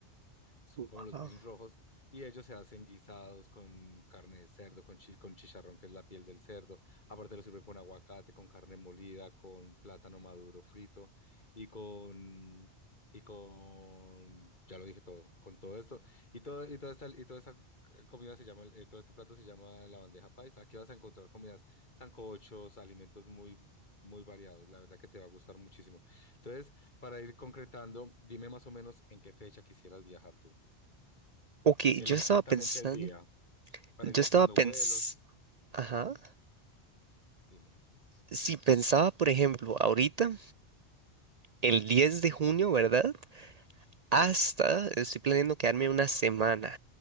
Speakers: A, on the left (about 45°); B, on the right (about 60°).
A: son
B: wow.
A: como los beans rojos, y ellos se hacen guisados con carne de cerdo, con, chi- con chicharrón, que es la piel del cerdo. Aparte lo sirven con aguacate, con carne molida, con plátano maduro frito y con... Y con, ya lo dije todo, con todo esto, y todo, y toda esta, y toda esta comida se llama, eh, todo este plato se llama la bandeja paisa. Aquí vas a encontrar comidas, sancochos, alimentos muy, muy variados. La verdad que te va a gustar muchísimo. Entonces, para ir concretando, dime más o menos en qué fecha quisieras viajar tú.
B: Ok,
A: El,
B: yo estaba
A: exactamente
B: pensando,
A: el día para
B: yo
A: ir buscando
B: estaba pensando,
A: vuelos.
B: ajá.
A: Dime.
B: si pensaba, por ejemplo, ahorita, el 10 de junio, ¿verdad? Hasta, estoy planeando quedarme una semana,